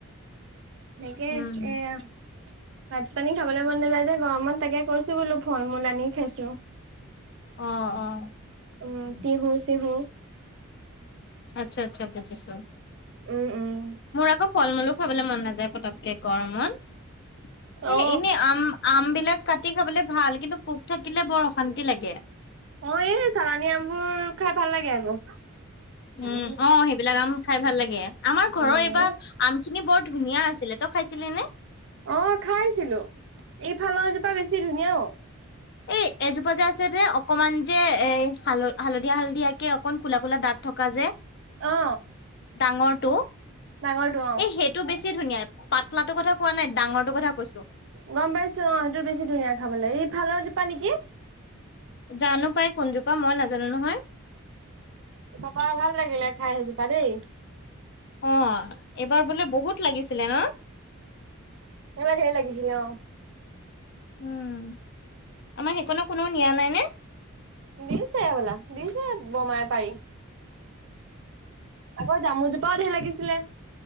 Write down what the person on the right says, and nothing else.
সনেকে
এয়া ভাত পানী খাবলৈ মন নাযায় যে গৰমত তাকে কৈছো বোলো ফল মূল আনি খাইছো।
উম কিহ চহ
উম উম
অ
অ', এই চালানী আমবোৰ খাই ভাল লাগে আকৌ ভাল
লাগে
অ খাইছিলো এইফালৰজোপা বেছি ধুনীয়াও
অ
ডাঙৰটো অ
গম পাইছো অ সেইটো বেছি ধুনীয়া খাবলৈ ই ভালৰজোপা নেকি
তাপা ভাল লাগিলে খাই সজোপা দেই
এব ভ লাগিছিলো।
দিছে বলা দিছে বোমাই পাৰি। আকৌ জামুজোপাও <unintelligible> লাগিছিলে।